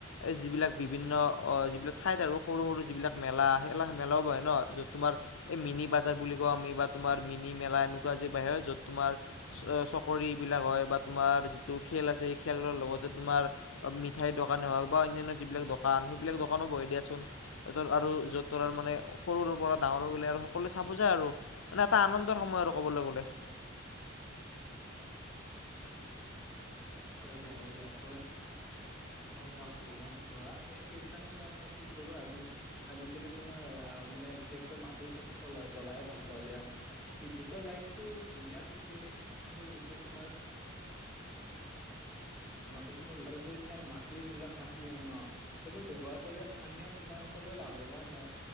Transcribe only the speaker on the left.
এই যিবিলাক বিভিন্ন অ যিবিলাক ঠাইত আৰু সৰু সৰু যিবিলাক মেলা সেইলা মেলাও বহে ন' যত তোমাৰ এই মিনি বাজাৰ বুলি <unintelligible> আমি বা তোমাৰ মিনি মেলা এনেকুৱা আজি বাহিৰে য'ত তোমাৰ অ‌ চকৰি বিলাক হয় বা তোমাৰ যিটো খেল আছে সেই খেলৰ লগতে তোমাৰ অ মিঠাইৰ দোকানে হওক বা অনান্য যিবিলাক দোকান সেইবিলাক দোকানো বহে দিয়াচোন তেহতৰ আৰু য'ত তোৰ আৰু মানে সৰুৰ পৰা ডাঙৰ গলে আৰু সকলোৱে চাব যায় আৰু। মানে এটা আনন্দৰ সময় আৰু কবলৈ গ'লে।